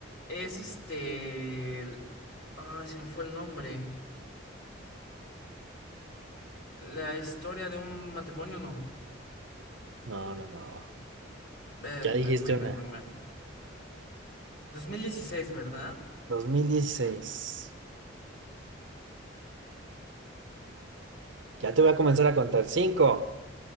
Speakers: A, on the left; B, on the right.
A: Es este... el- Ay, se me fue el nombre. La historia de un matrimonio, no.
B: No, no, no.
A: Eh,
B: Ya
A: me
B: dijiste
A: fui, me
B: una.
A: fui mal. 2016, ¿verdad?
B: dos mil dieciséis. Ya te voy a comenzar a contar. Cinco,